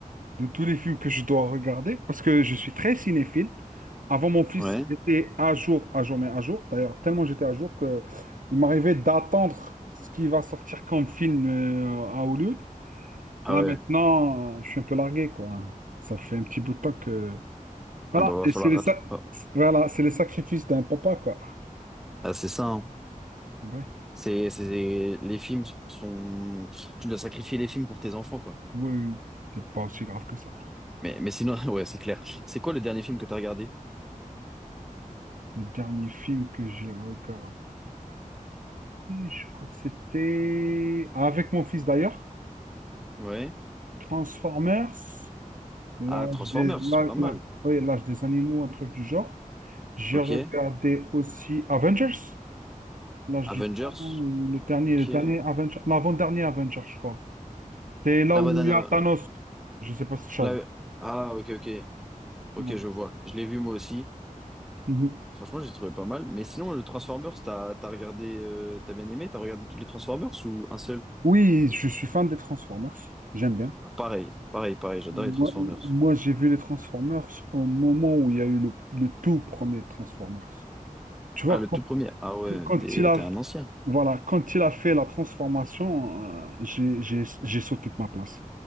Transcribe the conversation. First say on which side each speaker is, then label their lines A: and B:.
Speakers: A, on the right; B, in the centre.
A: de tous les films que je dois regarder, parce que je suis très cinéphile. Avant mon fils,
B: Ouais.
A: j'étais à jour, à jour, mais à jour. D'ailleurs, tellement j'étais à jour que il m'arrivait d'attendre ce qui va sortir comme film euh, à Hollywood.
B: Ah
A: Là,
B: ouais.
A: maintenant, euh, je suis un peu largué, quoi. Ça fait un petit bout de temps que... Voilà,
B: Ah bah va
A: et
B: falloir
A: c'est les,
B: rattraper.
A: sa- voilà, c'est les sacrifices d'un papa, quoi.
B: Ah, c'est ça. hein.
A: Ouais.
B: C'est, c'est, les films sont, tu dois sacrifier les films pour tes enfants, quoi.
A: Oui, oui. c'est pas aussi grave que ça.
B: Mais, mais sinon, <laughs> ouais, c'est clair. C'est quoi le dernier film que t'as regardé?
A: Le dernier film que j'ai regardé, je crois que c'était... Avec mon fils, d'ailleurs.
B: Ouais.
A: Transformers, l'âge
B: Ah, Transformers,
A: des, l'âge-
B: pas mal.
A: l'âge- oui, l'âge des animaux, un truc du genre. J'ai
B: Ok.
A: regardé aussi Avengers, l'âge
B: Avengers,
A: du temps, ou le dernier,
B: ok.
A: le dernier Avenger, l'avant-dernier Avenger, je crois. C'est là
B: La
A: où
B: voix d'un,
A: il
B: av-
A: y a Thanos. Je sais pas si tu
B: la-
A: as vu.
B: ah, ok, ok. Ok,
A: Non.
B: je vois. Je l'ai vu moi aussi.
A: Mhm.
B: Franchement, j'ai trouvé pas mal. Mais sinon, le Transformers, t'as, t'as regardé, euh, t'as bien aimé? T'as regardé tous les Transformers ou un seul?
A: Oui, je suis fan des Transformers. J'aime bien.
B: Ah, Pareil, pareil, pareil. J'adore
A: Moi,
B: les Transformers.
A: moi, j'ai vu les Transformers au moment où il y a eu le, le tout premier Transformers. Tu vois,
B: Ah, le tout premier. Ah ouais,
A: Quand
B: t'es,
A: il a,
B: t'es un ancien.
A: voilà, quand il a fait la transformation, euh, j'ai, j'ai- j'ai sauté de ma place.